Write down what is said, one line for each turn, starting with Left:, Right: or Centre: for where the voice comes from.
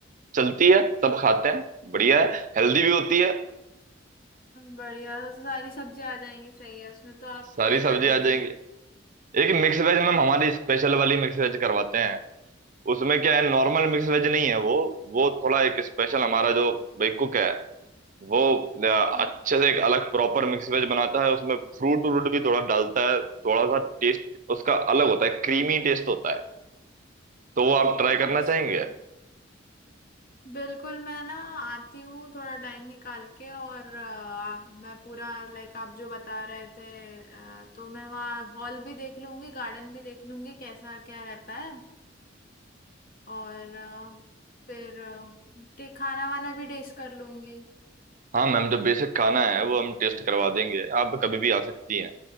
Right: चलती है सब खाते हैं बढ़िया है हेल्दी भी होती है
Left: बढ़िया सारी सब्जियां आ जाएंगी सही है उसमें तो आप
Right: सारी
Left: वही
Right: सब्जी
Left: कर दीजिए
Right: आ जाएंगी एक मिक्स वेज मैम हमारी स्पेशल वाली मिक्स वेज करवाते हैं उसमें क्या है नॉर्मल मिक्स वेज नहीं है वो वो थोड़ा एक स्पेशल हमारा जो भाई कुक है वो अ, अच्छे
Left: हम्म,
Right: से एक अलग प्रॉपर मिक्स वेज बनाता है उसमें फ्रूट व्रूट भी थोड़ा डालता है थोड़ा सा टेस्ट उसका अलग होता है क्रीमी टेस्ट होता है तो वो आप ट्राई करना
Left: अच्छा
Right: चाहेंगे
Left: बिल्कुल मैं ना आती हूँ थोड़ा टाइम निकाल के और अ, आप मैं पूरा लाइक आप जो बता रहे थे अ, तो मैं वहाँ हॉल भी देख लूंगी गार्डन भी देख लूंगी कैसा क्या रहता है और अ, फिर अ, टे- खाना वाना भी टेस्ट कर लूंगी
Right: हाँ मैम जो बेसिक खाना है वो हम टेस्ट करवा देंगे आप कभी भी आ सकती हैं